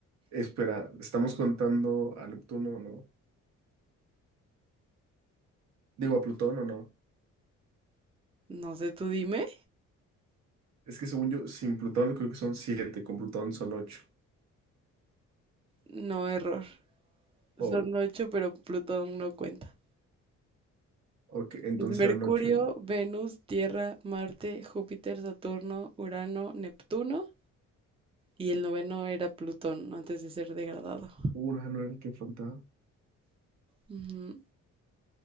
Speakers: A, on the right; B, on the right.
A: Espera, ¿estamos contando a Neptuno o no? Digo, a Plutón o no.
B: No sé, tú dime.
A: Es que según yo, sin Plutón creo que son siete, con Plutón son ocho.
B: No, error. Son
A: Oh,
B: ocho, pero Plutón no cuenta.
A: ok, entonces
B: Es Mercurio,
A: eran ocho. ¿no?
B: Venus, Tierra, Marte, Júpiter, Saturno, Urano, Neptuno y el noveno era Plutón antes de ser degradado.
A: Urano era el que faltaba.
B: Ujú.